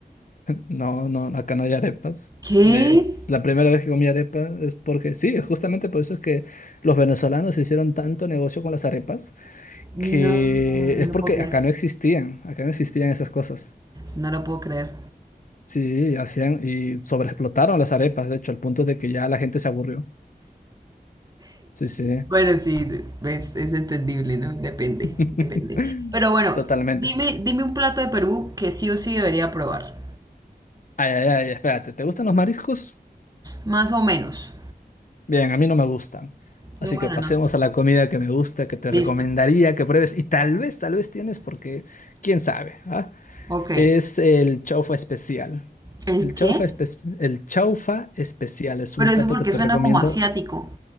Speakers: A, on the left (about 55°); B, on the right (about 25°).
A: No, no, acá no hay arepas.
B: ¿Qué?
A: Es la primera vez que comí arepa es porque sí, justamente por eso es que los venezolanos hicieron tanto negocio con las arepas
B: No,
A: que
B: no
A: es
B: lo
A: porque
B: puedo creer.
A: acá no existían, acá no existían esas cosas.
B: No lo puedo creer.
A: Sí, hacían y sobreexplotaron las arepas, de hecho, al punto de que ya la gente se aburrió. Sí, sí.
B: Bueno, sí, es, es entendible, ¿no? Depende,
A: <laughs>
B: depende. Pero bueno,
A: Totalmente.
B: dime, dime un plato de Perú que sí o sí debería probar.
A: Ay, ay, ay, espérate, ¿te gustan los mariscos?
B: Más o menos.
A: Bien, a mí no me gustan.
B: Bueno,
A: Así que pasemos
B: no.
A: a la comida que me gusta, que te
B: Listo.
A: recomendaría que pruebes y tal vez, tal vez tienes porque quién sabe, ¿ah?
B: Ok.
A: Es el chaufa especial.
B: ¿El
A: El
B: qué?
A: chaufa, espe- el chaufa especial es
B: Pero
A: un
B: eso
A: plato
B: porque
A: que te
B: suena
A: recomiendo
B: como asiático.